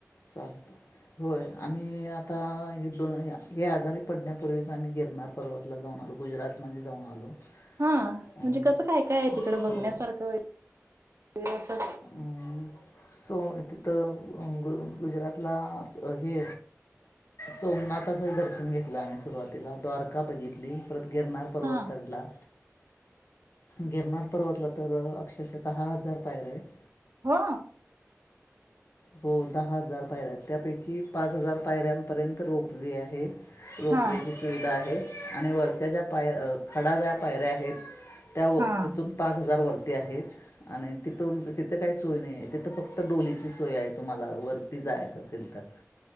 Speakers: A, on the left; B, on the right.
A: चालतयं. होय आम्ही आता हे दोन हे आजारी पडण्यापूर्वीच आम्ही गिरणार. पर्वतला जाऊन आलो, गुजरातमध्ये जाऊन आलो.
B: हां
A: अं,
B: म्हणजे कसं काय काय आहे तिकडं बघण्यासारखं
A: हो
B: वगैरे असं.
A: हं हम्म. सो तिथं गु गुजरांतला हे सोमनांथाचं दर्शन घेतलं आम्हीं सुरुवातीलां द्वारकां बघितली परंत गिरनांर पर्वत
B: हा
A: चढलां. गिरणांर पर्वतलां तरं अक्षरशः हां दहा हजारं पायऱ्यां आहेत.
B: हो.
A: हो दहा हजार पायऱ्यां त्यांपैकी पांच हजार पायऱ्यांपर्यंत रोपवे आहे. रोफवे
B: हा
A: स सुविधा आहे आणि वरच्यां ज्यां पांय खंडा ज्यां पायऱ्यां आहेत त्यां व
B: हा
A: तिथूंन पांच हजार वरती आहेतं आणि तिथूंन तिथे कांहीं सोयं नाहीं आहे तिथं फक्तं डोलीची सोयं आहे तुम्हांला वरती जायचं असेल तरं.